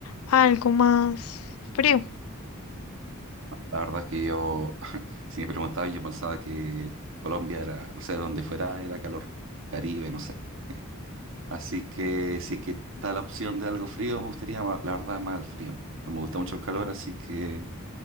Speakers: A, on the left; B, on the right.
A: a algo más frío,
B: La verdad es que yo, <laughs> si me preguntaban yo pensaba que Colombia era, no sé, donde fuera era calor, Caribe, no sé. Así que si que está la opción de algo frío, me gustaría, ma- la verdad, más el frío. No me gusta mucho el calor, así que,